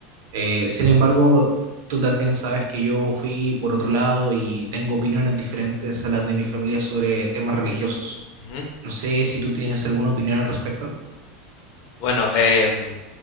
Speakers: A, on the right (about 75°); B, on the left (about 60°).
A: Eh, sin embargo, tú también sabes que yo fui por otro lado y tengo opiniones diferentes a las de mi familia sobre temas religiosos.
B: Ujú.
A: No sé si tú tienes alguna opinión al respecto.
B: Bueno, em,